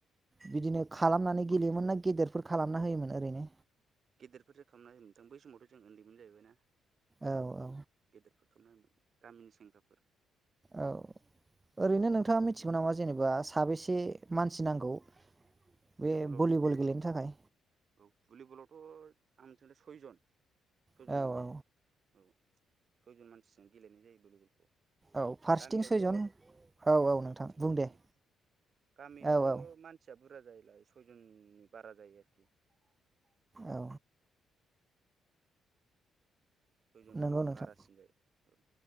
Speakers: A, on the right (about 15°); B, on the right (about 50°).
A: बिदिनो खालामनानै गेलेयोमोन ना गेदेरफोर खालामना होयोमोन ओरैनो
B: गेदेरफोरसो खालामना होथां बै समावथ' जों उन्दैमोन जाहैबाय ना
A: औ औ
B: गेदेरफोर थ'नोमोन गामिनि सेंग्राफोर
A: औ ओरैनो नोंथाङा मिथिगौ नामा जेनेबा साबेसे मानसि नांगौ बे
B: भलिबलाव
A: भलिबल
B: भलिबलाव
A: गेलेनो थाखाय
B: औ भलिबलावथ' आंथिंजाय सयजन सयजन
A: औ
B: नांगौ
A: औ
B: औ सयजन मानसिजों गेलेनाय जायो भलिबलखौ
A: औ फारसेथिं
B: गामियावथ'
A: सयजन औ औ नोंथां
B: फारसेथिं
A: बुं
B: सयजन
A: दे
B: फारसे गामियावथ'
A: औ औ
B: मानसिया बुरजा जायोलाय सयजननि बारा जायो आरोखि
A: औ
B: सयजननि
A: नंगौ नोंथां
B: बारासिन जायो औ